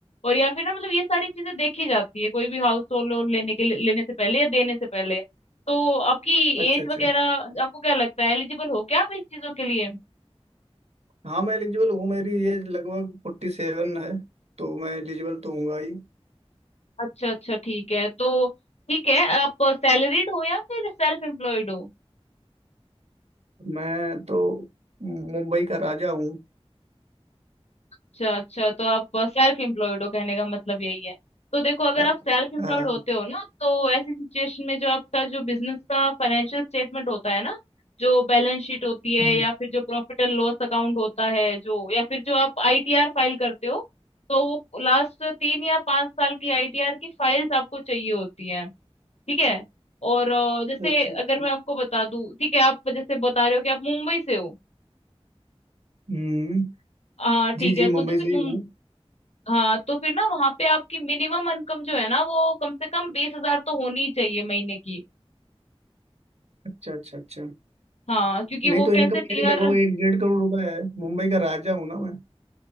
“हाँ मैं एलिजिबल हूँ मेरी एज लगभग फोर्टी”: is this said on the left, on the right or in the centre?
Right